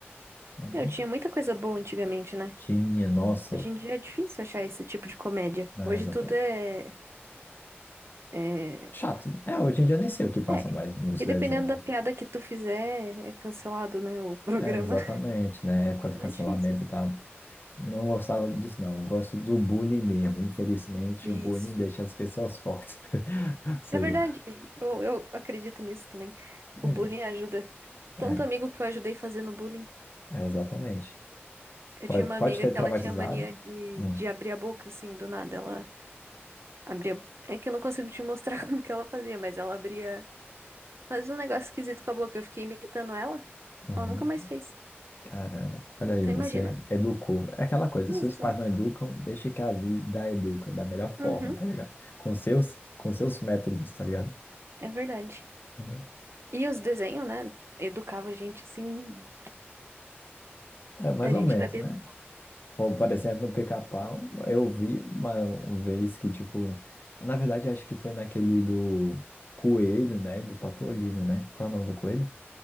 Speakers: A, on the left; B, on the right.
A: Uhum.
B: Eu tinha muita coisa boa antigamente, né?
A: Tinha, nossa,
B: Hoje em dia é difícil achar esse tipo de comédia.
A: né,
B: Hoje
A: exatamente.
B: tudo é, é,
A: Chato. né? É, hoje em dia nem sei o que passa
B: é.
A: mais nos
B: E
A: desenhos.
B: dependendo da piada que tu fizer, é cancelado, né? O programa.
A: É, exatamente,
B: <laughs>
A: né? Época do
B: Então
A: cancelamento
B: é difícil.
A: e tal. Não gostava disso, não. Eu gosto do bullying mesmo. Infelizmente,
B: Isso.
A: o bullying deixa as pessoas fortes. <laughs> Sei
B: É verdade.
A: lá.
B: Eu, eu acredito nisso também.
A: Mas
B: O bullying
A: é,
B: ajuda.
A: é,
B: Tanto amigo que eu ajudei fazendo bullying.
A: é exatamente.
B: Eu
A: Pode,
B: tinha uma
A: pode
B: amiga
A: ter
B: que
A: traumatizado.
B: ela tinha mania de,
A: Hum.
B: de abrir a boca, assim, do nada. Ela Abria. É que eu não consigo te mostrar <laughs> como que ela fazia, mas ela abria. Fazia um negócio esquisito com a boca. Eu fiquei imitando ela.
A: Uhum.
B: Ela nunca mais fez.
A: Caramba, olha
B: Então
A: aí, você
B: imagina.
A: educou. É aquela coisa,
B: Exato.
A: se os pais não educam, deixa que a vida educa da melhor
B: Uhum,
A: forma, tá ligado? Com seus, com seus métodos, tá ligado?
B: é verdade.
A: Uhum.
B: E os desenhos, né? Educava a gente assim.
A: É, mais
B: A
A: ou
B: gente
A: menos,
B: era bem
A: né?
B: educado.
A: Por, por exemplo, no Pica-Pau, eu vi uma, uma vez que, tipo, na verdade, acho que foi naquele do Coelho, né? Do Patolino, né? Qual é o nome do coelho?